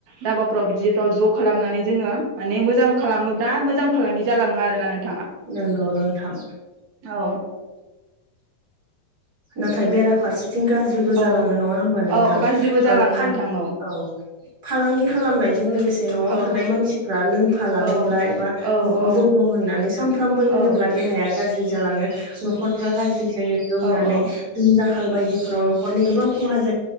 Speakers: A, on the right; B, on the right.
A: धाबाफ्राव बिदिफ्राव ज' खालामनानै जोङो माने मोजां खालामोबा मोजां फालांगि जा लांआरोना नों
B: नंगौ नोंथां
A: औ
B: नाथाय बेराम जों गाज्रिबो
A: औ
B: जालाओ नङा हबा नोंथां
A: औ गाज्रिबो जालाङो
B: औ फान
A: नोंथां
B: औ फालांगि खालामनाय। बेजों लोगोसे न'आव
A: औ
B: थानाय मानसिफ्रा लोंफा लांओब्ला
A: औ
B: एबा न'आव
A: औ
B: जौ दं होननानै सानफ्रोम फ्रामबो
A: औ
B: लोङोब्ला देहाया गाज्रि जालाङो। न'खरफ्रा गाज्रि जायो लोंनानै
A: औ
B: उनदाखाल बायदिफोराव न'खरनि गोबां खहा जा